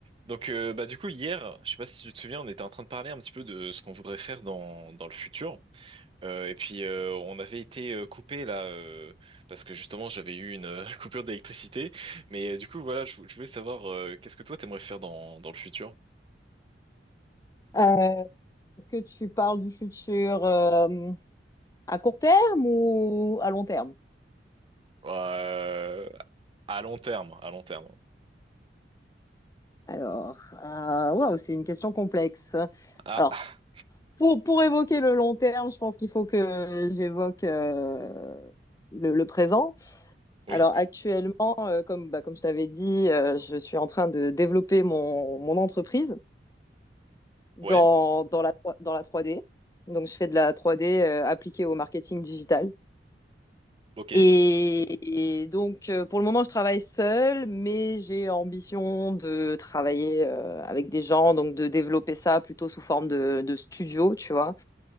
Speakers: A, on the right (about 30°); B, on the left (about 20°).
A: Donc euh, bah du coup hier, je sais pas si tu te souviens, on était en train de parler un petit peu de ce qu'on voudrait faire dans dans le futur. Euh, et puis euh, on avait été euh, coupé là euh, parce que justement j'avais eu une euh, <laughs> coupure d'électricité. Mais euh, du coup voilà, je, vou- je voulais savoir euh, qu'est-ce que toi t'aimerais faire dans dans le futur?
B: Euh, est-ce que tu parles du futur euh, à court terme ou à long terme?
A: Euh, à long terme, à long terme.
B: Alors, euh, waouh, c'est une question complexe.
A: Ah
B: Alors, pour, pour évoquer le long terme, je pense qu'il faut que j'évoque euh, le, le présent.
A: oui,
B: Alors, actuellement, euh, comme, bah, comme je t'avais dit, euh, je suis en train de développer mon, mon entreprise dans,
A: ouais,
B: dans la, dans la 3D. Donc, je fais de la 3D euh, appliquée au marketing digital.
A: ok,
B: Et, et donc, euh, pour le moment, je travaille seule, mais j'ai ambition de travailler euh, avec des gens, donc de développer ça plutôt sous forme de, de studio, tu vois.